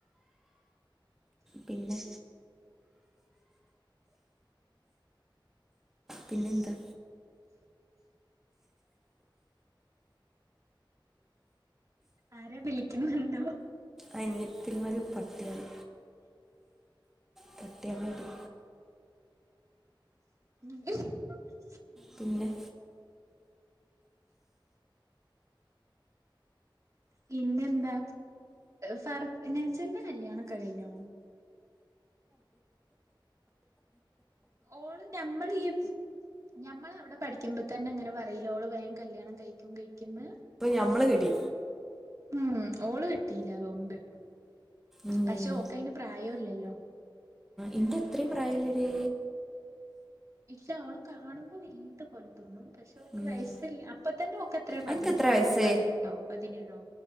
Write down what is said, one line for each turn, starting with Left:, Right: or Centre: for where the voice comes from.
Centre: പിന്നെ പിന്നെന്താ
Right: ആരാ വിളിക്കുന്നുണ്ടോ
Centre: അനിയത്തിന്മാരി പട്ടികളായാണ് പട്ടികളാടി
Right: ഉം
Centre: പിന്നെ
Right: പിന്നെന്താ ഫർ നെച്ചന്റെ കല്യാണൊക്കെ കഴിഞ്ഞോ ഓള് ഞമ്മള് ഈ ഞമ്മൾ അവിടെ പഠിക്കുമ്പം തന്നെ അങ്ങനെ പറയില അവള് ഓള് വേഗം വേഗം കല്യാണം കഴിക്കും കഴിക്കന്ന്
Centre: അപ്പൊ ഞമ്മള് കെട്ടി
Right: ഉം ഓള് കെട്ടില്ല അതൊണ്ട്
Centre: ഉം
Right: പക്ഷെ ഓക്ക് അയിന് പ്രായമില്ലല്ലോ
Centre: എന്റെ എത്രയും പ്രായല്ലടി
Right: ഇല്ല അവള് കാണുമ്പോ വലുത്പോലെ തോന്നും പക്ഷെ ഓക്ക്
Centre: ഉം
Right: വയസ്സ ഇല്ലഅപ്പ തന്നെ ഓക്ക് എത്രയ പതിനേ
Centre: അനക്ക് എത്ര വയസ്സ്
Right: പതിനെട്ടോ പതിനേഴോ